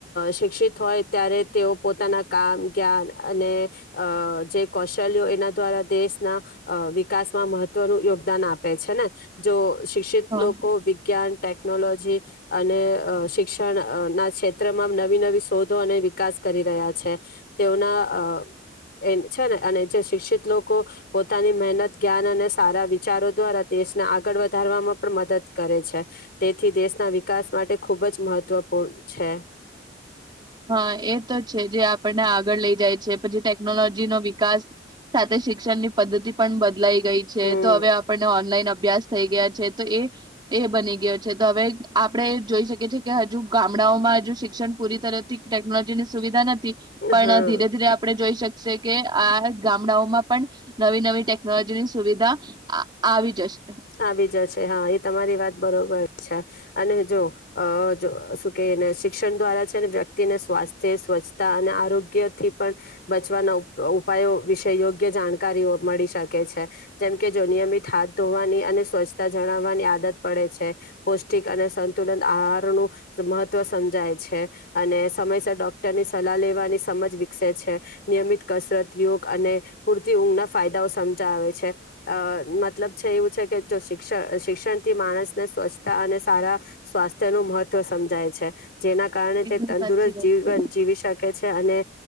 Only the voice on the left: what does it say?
શિક્ષિત હોય ત્યારે તેઓ પોતાના કામ જ્ઞાન અને અ જે કૌશલ્યો એના દ્વારા દેશના વિકાસ વિકાસમાં મહત્વનું યોગદાન આપે છે ને. જો શિક્ષિત લોકો
વિજ્ઞાન ટેકનોલોજી અને અહ શિક્ષણ અહ ના ક્ષેત્રમાં નવી નવી શોધો અને વિકાસ કરી રહ્યા છે, તેઓના અહ એમ છે ને અને જે શિક્ષિત લોકો પોતાની મહેનત જ્ઞાન અને સારા વિચારો દ્વારા દેશને આગળ વધારવામાં પણ મદદ કરે છે, તેથી દેશના વિકાસ માટે ખૂબ જ મહત્વપૂર્ણ છે.
હમ
હા
આવી જશે હા એ તમારી વાત બરોબર છે, અને જો અહ જો શું કે એને શિક્ષણ દ્વારા છે ને વ્યક્તિને સ્વાસ્થ્ય, સ્વચ્છતા અને આરોગ્ય થી પણ બચવાના ઉ ઉપાયો વિશે યોગ્ય જાણકારીઓ મળી શકે છે. જેમ કે જો નિયમિત હાથ ધોવાની અને સ્વછતા જણાવવાની આદત પડે છે. પૌષ્ટિક અને સંતુલન આહાર નું મહત્વ સમજાય છે, અને સમયસર ડોક્ટરની સલાહ લેવાની સમજ વિકસે છે, નિયમિત કસરત, યોગ અને પૂરતી ઊંઘ ના ફાયદાઓ સામજાવે છે. અહ મતલબ છે એવું છે જો શિક્ષણ-શિક્ષણ થી માણસને સ્વચ્છતા અને સારા સ્વાસ્થ્ય નું મહત્વ સમજાય છે. જેના કારણે
તે તંદુરસ્ત
જીવન
જીવી શકે છે. અને